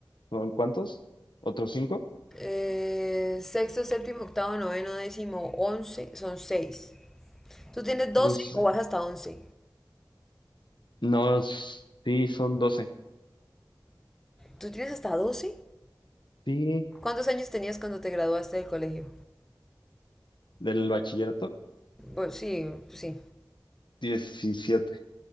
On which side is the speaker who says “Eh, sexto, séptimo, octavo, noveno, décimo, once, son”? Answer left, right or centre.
Centre